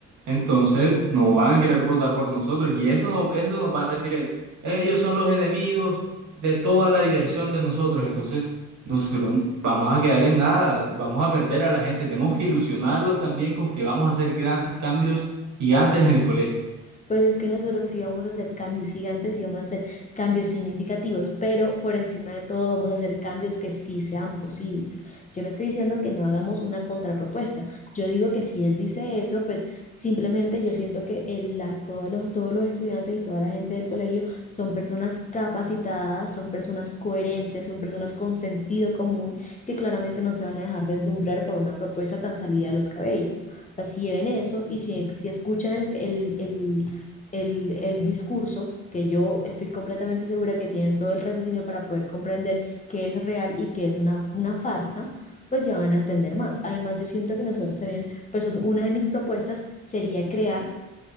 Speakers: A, on the right (about 70°); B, on the left (about 25°).
A: Entonces, no van a querer votar por nosotros y eso, no- eso nos va a decir él, ellos son los enemigos de toda la diversión de nosotros. Entonces, nosotros vamos a quedar en nada, vamos a perder a la gente, tenemos que ilusionarlos también con que vamos a hacer gran, cambios gigantes en el colegio.
B: Pues es que nosotros sí vamos a hacer cambios gigantes y vamos a hacer cambios significativos, pero por encima de todo vamos a hacer cambios que sí sean posibles. Yo no estoy diciendo que no hagamos una contrapropuesta. Yo digo que si él dice eso, pues simplemente yo siento que el- la- todos los, todos los estudiantes y toda la gente del colegio son personas capacitadas, son personas coherentes, son personas con sentido común que claramente no se van a dejar deslumbrar por una propuesta tan salida de los cabellos. Así sea, si ven eso y si, si escuchan el, el, el- el, el discurso, que yo estoy completamente segura que tienen todo el raciocinio para poder comprender qué es real y qué es una, una farsa, pues ya van a entender más. Además, yo siento que nosotros también, pues un- una de mis propuestas sería crear